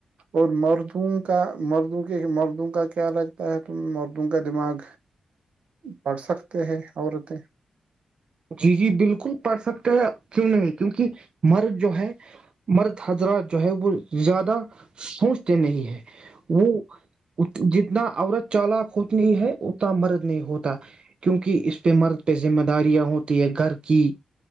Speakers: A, on the right; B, on the right.
A: اور مردوں کا مردوں کے مردوں کا کیا لگتا ہے ت مردوں کا دماغ پڑھ سکتے ہیں عورتیں
B: جی جی بالکل پڑھ سکتے ہیں کیوں نہیں کیونکہ مرد جو ہے مرد حضرات جو ہے وہ زیادہ سوچتے نہیں ہے وہ جتنا عورت چالک ہوتی ہے اتنا مرد نہیں ہوتا کیونکہ اس پہ مرد پہ ذمہ داریاں ہوتی ہوتی ہے گھر کی